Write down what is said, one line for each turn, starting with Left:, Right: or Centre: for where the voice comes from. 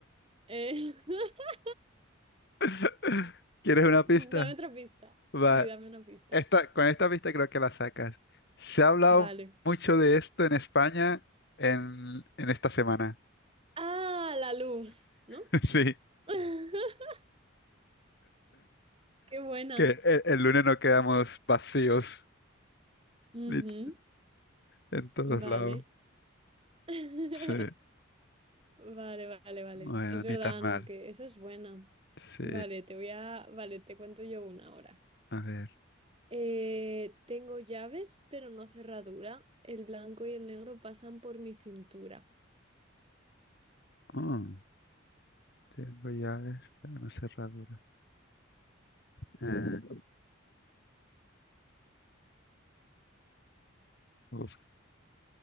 Right: Eh, <laughs>
Left: <laughs> ¿Quieres una
Right: Dame
Left: pista?
Right: otra pista. Sí,
Left: Va.
Right: dame una pista.
Left: Esta, con esta pista creo que la sacas. Se ha hablado
Right: Vale.
Left: mucho de esto en España en, en esta semana.
Right: Ah, la luz, ¿no?
Left: <laughs> Sí,
Right: <laughs> Qué buena.
Left: que el, el lunes no quedamos vacíos
Right: Ujú,
Left: lit- en todos
Right: Vale.
Left: lados.
Right: <laughs>
Left: Sí,
Right: Vale, vale, vale.
Left: bueno,
Right: Es
Left: ni
Right: verdad,
Left: tan mal.
Right: ¿no? Que esa es buena.
Left: Sí,
Right: Vale, te voy a... Vale, te cuento yo una ahora.
Left: a ver.
Right: Eh, tengo llaves, pero no cerradura. El blanco y el negro pasan por mi cintura.
Left: Oh, tengo llaves, pero no cerradura. Eh, uf,